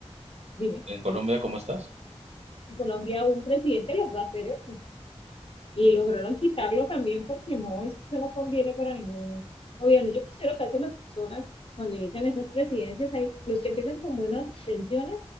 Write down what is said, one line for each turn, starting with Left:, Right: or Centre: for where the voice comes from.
Left: dime.
Right: en Colombia, ¿cómo estás?
Left: En Colombia un presidente logró hacer eso y lograron quitarlo también porque no, es que eso no conviene para ningún gobierno. Yo considero que hacen las personas cuando inician esas presidencias, hay, los que empiezan con buenas intenciones,